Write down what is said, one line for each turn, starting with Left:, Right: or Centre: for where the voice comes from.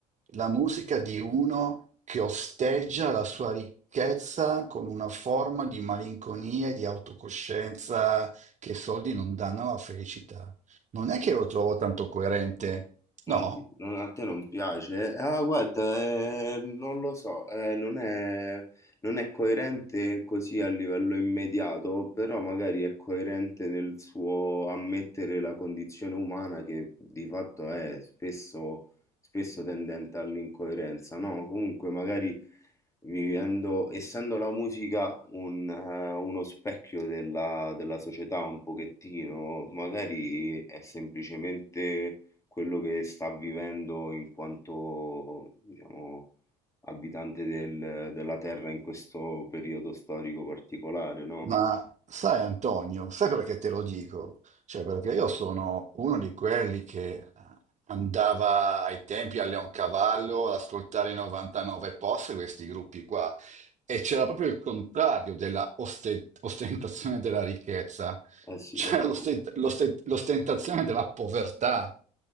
Right: La musica di uno che osteggia la sua ricchezza con una forma di malinconia e di autocoscienza che i soldi non danno alla felicità. Non è che lo trovo tanto coerente,
Left: Non
Right: no?
Left: ti- non- a te non piace? Ah, guarda, eh, non lo so, eh, non è, non è coerente così a livello immediato, però magari è coerente nel suo ammettere la condizione umana che di fatto è spesso, spesso tendente all'incoerenza, no? Comunque magari vivendo, essendo la musica un, eh, uno specchio della della società un pochettino, magari è semplicemente quello che sta vivendo in quanto, diciamo, abitante del- della Terra in questo periodo storico particolare, no?
Right: Ma sai Antonio, sai perché te lo dico? Cioè perché io sono uno di quelli che eh, andava ai tempi a Leoncavallo ad ascoltare i 99 post, questi gruppi qua, e c'era proprio il contrario della oste- ostentazione della ricchezza,
Left: Eh sì,
Right: c'era
Left: lo so.
Right: l'ostent- l'ostent- l'ostentazione della povertà,